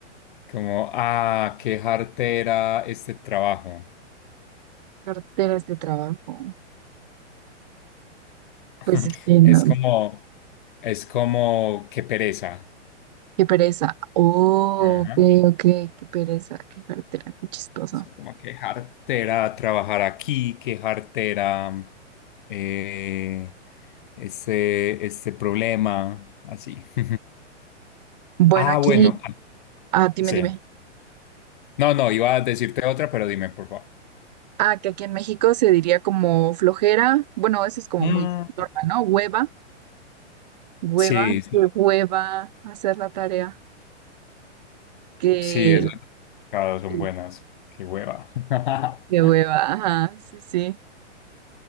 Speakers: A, on the left; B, on the right.
A: Como, ah, qué jartera este trabajo.
B: Carteras de trabajo.
A: <laughs>
B: Pues es que no,
A: Es como, es como, qué pereza.
B: qué pereza. Oh,
A: Ajá.
B: ok, ok, qué pereza, qué cartera, qué chistoso.
A: Sí, como qué jartera trabajar aquí, qué jartera eh, este, este problema, así. <laughs>
B: Bueno,
A: Ah,
B: aquí,
A: bueno, ah,
B: ah, dime,
A: sí.
B: dime.
A: No, no, iba a decirte otra, pero dime, por favor.
B: Ah, que aquí en México se diría como flojera. Bueno, eso es como
A: Mm.
B: muy normal, ¿no? Hueva, hueva,
A: Sí, sí,
B: que hueva hacer la tarea. Que,
A: sí, esas tocadas son
B: que
A: buenas. Qué hueva. <laughs>
B: hueva, ajá, sí, sí.